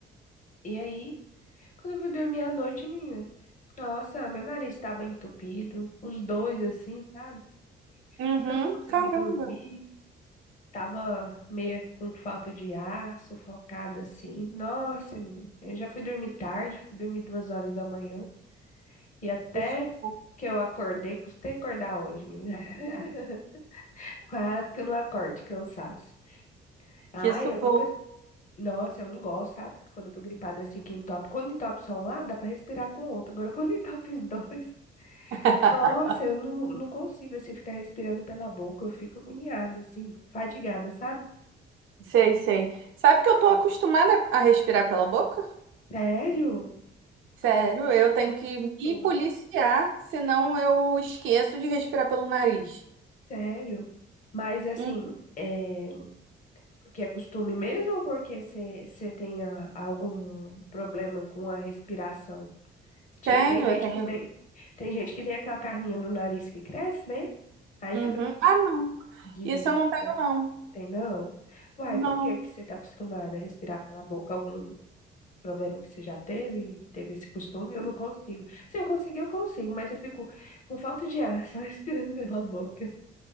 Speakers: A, on the left; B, on the right.
A: E aí, Quando eu fui dormir à noite, menina, nossa, meu nariz estava entupido, os dois assim, sabe?
B: uhum.
A: Eu não consegui
B: Caramba.
A: dormir, tava meio com falta de ar, sufocada assim. Nossa, menina, eu já fui dormir tarde, fui dormir duas horas da manhã e até
B: Que sufoco.
A: que eu acordei, custei acordar hoje, menina. <laughs> Quase que eu não acordo de cansaço. Ai,
B: Que sufoco.
A: eu nunca. Nossa, eu não gosto, sabe? Quando eu tô gripada assim, que entope. Quando entope só um lado, dá pra respirar com o outro. Agora, quando <laughs> entope os dois.
B: <laughs>
A: Nossa, eu não, não consigo, assim, ficar respirando pela boca. Eu fico agoniada, assim, fadigada, sabe?
B: Sei, sei. Sabe que eu tô acostumada a respirar pela boca?
A: Sério?
B: Sério, eu
A: E
B: tenho
A: eu
B: que me
A: tô,
B: policiar, senão eu esqueço de respirar pelo nariz.
A: sério. Mas, assim,
B: Hum,
A: é... porque é costume mesmo ou porque você tem a- algum problema com a respiração? Tipo,
B: tenho,
A: tem gente
B: eu tenho.
A: que tem... Tem gente que tem aquela carninha do nariz que cresce, né? Aí
B: Uhum.
A: fica
B: Ah, não.
A: de...
B: Isso eu não tenho, não.
A: Tem não? Uai,
B: Não.
A: por que que você tá acostumada a respirar pela boca? Algum problema que você já teve, teve esse costume, eu não consigo. Se eu conseguir, eu consigo, mas eu fico com falta de ar, <laughs> só respirando pela boca.